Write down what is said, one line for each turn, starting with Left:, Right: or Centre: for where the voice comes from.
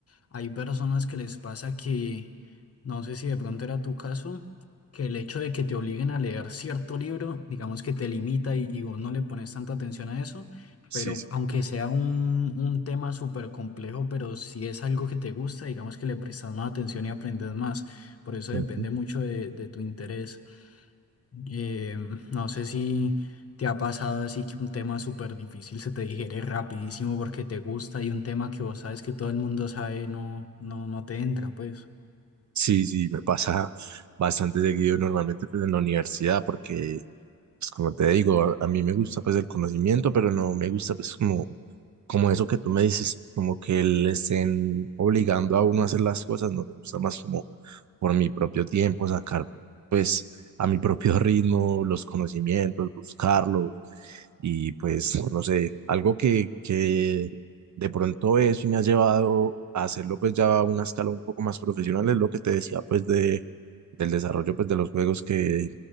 Left: hay personas que les pasa que, no sé si de pronto era tu caso, que el hecho de que te obliguen a leer cierto libro, digamos que te limita y, y vos no le pones tanta atención a eso,
Right: Sí,
Left: pero
Right: sí.
Left: aunque sea un, un tema súper complejo, pero si es algo que te gusta, digamos que le prestas más atención y aprendes más, por eso depende
Right: Ujú.
Left: mucho de de tu interés. Eh, no sé si te ha pasado así que un tema súper difícil se te digiere rapidísimo porque te gusta y un tema que vos sabes que todo el mundo sabe no, no, no te entra, pues.
Right: Sí, sí, me pasa bastante seguido normalmente, pues, en la universidad, porque, pues, como te digo, a, a mí me gusta, pues, el conocimiento, pero no me gusta, pues, como como eso que tú me dices, como que le estén obligando a uno a hacer las cosas, no me gusta más como por mi propio tiempo, sacar pues a mi propio <laughs> ritmo los conocimientos, buscarlos y pues no sé, algo que, que de pronto eso me ha llevado a hacerlo pues ya a una escala un poco más profesional, es lo que te decía pues de, del desarrollo pues de los juegos que,